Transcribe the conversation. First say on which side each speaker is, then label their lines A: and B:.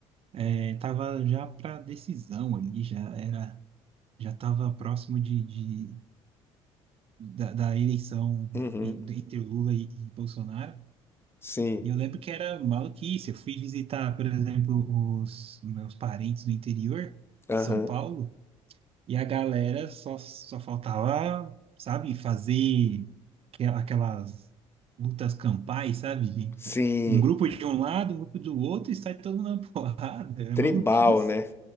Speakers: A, on the right (about 45°); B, on the left (about 20°).
A: é, tava já para decisão ali, já era, já tava próximo de, de da, da eleição
B: Uhum,
A: en- entre Lula e, e Bolsonaro.
B: sim,
A: E eu lembro que era maluquice. Eu fui visitar, por exemplo, os meus parentes no interior,
B: aham.
A: São Paulo, e a galera só, só faltava, sabe, fazer aque- aquelas lutas campais, sabe?
B: Sim,
A: Um grupo de um lado, um grupo do outro, e sai todo mundo na <laughs> porrada. É
B: tribal,
A: maluquice.
B: né?